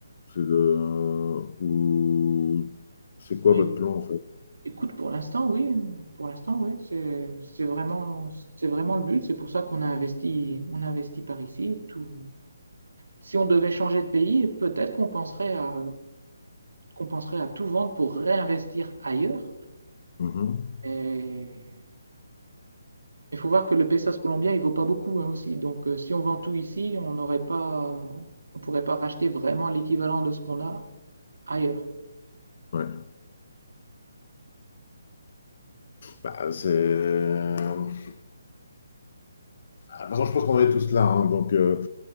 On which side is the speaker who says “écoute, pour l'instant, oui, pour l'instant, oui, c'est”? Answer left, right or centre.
Right